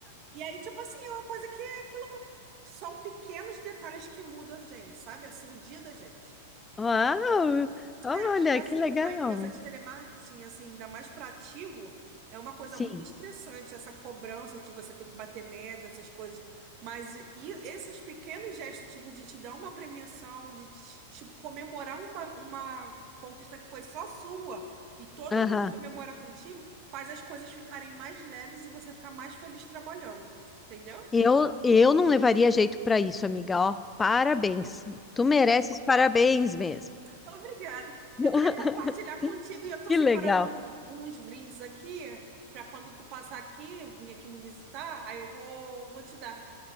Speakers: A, on the right; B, on the left.
A: E aí, tipo assim, é uma coisa que aquilo. São pequenos detalhes que mudam a gente, sabe? Assim, o dia da gente.
B: Uau! Olha,
A: É, porque assim,
B: que legal.
A: uma empresa de telemarketing, assim, ainda mais para ativo, é uma coisa
B: Sim.
A: muito estressante, essa cobrança que você tem que bater meta, essas coisas. Mas e esses pequenos gestos, tipo, de te dar uma premiação, de te, te comemorar uma, uma conquista que foi só sua, e todo
B: Aham.
A: mundo comemora contigo, faz as coisas ficarem mais leves e você ficar mais feliz trabalhando. Entendeu?
B: Eu, eu não levaria jeito para isso, amiga. Ó, parabéns. Tu mereces parabéns mesmo.
A: Obrigada.
B: <laughs>
A: Eu queria compartilhar contigo e eu estou
B: Que
A: separando
B: legal.
A: um- uns brindes aqui para quando tu passar aqui, vir aqui me visitar, aí eu vou, vou te dar